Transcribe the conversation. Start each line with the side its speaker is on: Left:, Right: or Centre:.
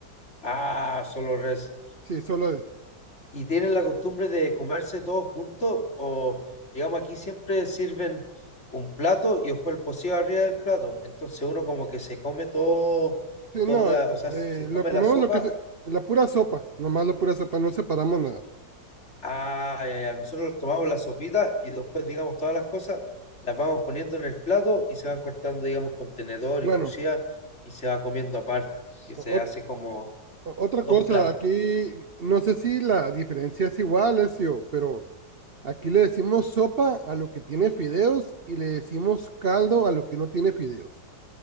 Left: Ah, solo res.
Right: Sí, solo es.
Left: ¿Y tienen la costumbre de comerse todos juntos? O, digamos, aquí siempre sirven un plato y después el pocillo arriba del plato. Entonces uno como que se come todo,
Right: Sí,
Left: toda,
Right: no, eh,
Left: o sea,
Right: eh,
Left: se toma
Right: lo comemos
Left: la sopa.
Right: lo que es la pura sopa, nomás la pura sopa, no separamos nada.
Left: Ah, ya, ya, nosotros tomamos la sopita y después, digamos, todas las cosas las vamos poniendo en el plato y se van cortando, digamos, con tenedor
Right: Bueno,
Left: y cuchilla y se va comiendo aparte, que
Right: o-
Left: se
Right: ot-
Left: hace como
Right: otra
Left: dos
Right: cosa,
Left: platos.
Right: aquí no sé si la diferencia es igual, Ezio, pero aquí le decimos sopa a lo que tiene fideos y le decimos caldo a lo que no tiene fideos.